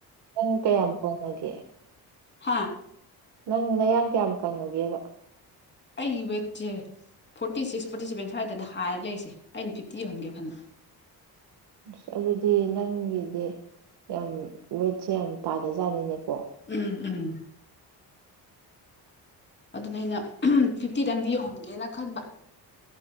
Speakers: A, on the right; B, on the left.
A: ꯅꯪ ꯀꯌꯥꯝ ꯀꯪꯉꯒꯦ
B: ꯍꯥꯥ
A: ꯅꯪ ꯅꯌꯥꯡ ꯀꯌꯥꯝ ꯀꯪꯉꯒꯦꯕ
B: ꯑꯩꯒꯤ ꯋꯦꯠꯁꯦ ꯐꯣꯔꯇꯤ ꯁꯤꯛꯁ ꯐꯣꯔꯇꯤ ꯁꯚꯦꯟ ꯁ꯭ꯋꯥꯏꯗꯅꯦ ꯍꯥꯏꯔ ꯂꯩꯔꯤꯁꯦ ꯑꯩꯅ ꯐꯤꯐꯇꯤ ꯌꯧꯍꯟꯒꯦ ꯈꯟ
A: ꯑꯁ ꯑꯗꯨꯗꯤ ꯅꯪꯒꯤꯖꯦ ꯌꯥꯝ ꯋꯦꯠꯁꯦ ꯌꯥꯝ ꯇꯥꯗꯖꯥꯠꯅꯤꯅꯦꯀꯣ
B: ꯎꯝ ꯎꯝ ꯑꯗꯨꯅꯦ ꯑꯩꯅ ꯐꯤꯐꯇꯤꯗꯪꯗꯤ ꯌꯧꯍꯟꯒꯦꯅ ꯈꯟꯕ